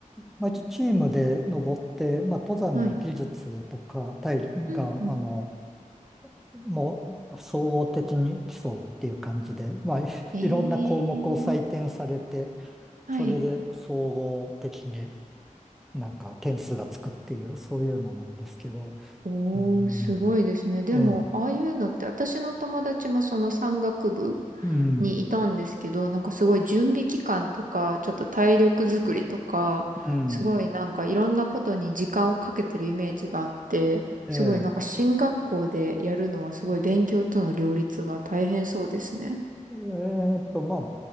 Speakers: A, in the centre; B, on the right (about 75°).
A: まあ、一応チームで登って、まあ、登山の技術とか、
B: はい。
A: 体が、
B: うんうん。
A: あの、もう、総合的に競うっていう感じで、まあ、<laughs> いいろんな項目を採点されて、
B: えー、はい。
A: それで総合的になんか点数がつくっていう、そういうのなんですけど、
B: おー、
A: うん、
B: すごいですね。でも、
A: ええ、
B: ああいうのって、私の友達もその山岳部
A: うん。
B: にいたんですけど、なんかすごい準備期間とか、ちょっと体力作りとか、
A: うん。
B: すごいなんかいろんなことに時間をかけてるイメージがあって、
A: ええ。
B: すごいなんか進学校でやるのはすごい勉強との両立が大変そうですね。
A: えーっと、まあ、